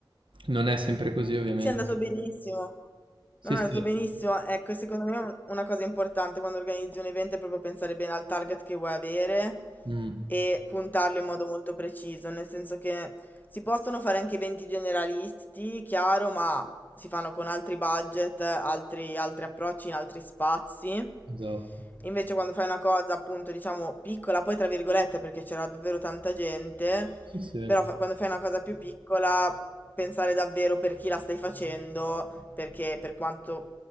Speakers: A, on the right; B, on the left.
A: Non è sempre così, ovviamente.
B: Sì, è andato benissimo.
A: Sì,
B: Non è
A: sì,
B: andato benissimo. Ecco, secondo me un- una cosa importante quando organizzi un evento è proprio pensare bene al target che vuoi avere
A: Mm,
B: e puntarlo in modo molto preciso, nel senso che si possono fare anche eventi generalisti, chiaro, ma si fanno con altri budget, altri, altri approcci in altri spazi.
A: esatto.
B: Invece quando fai una cosa appunto diciamo piccola, poi tra virgolette perché c'era davvero tanta gente,
A: Sì, sì,
B: però fa- quando fai una cosa più piccola, pensare davvero per chi la stai facendo, perché per quanto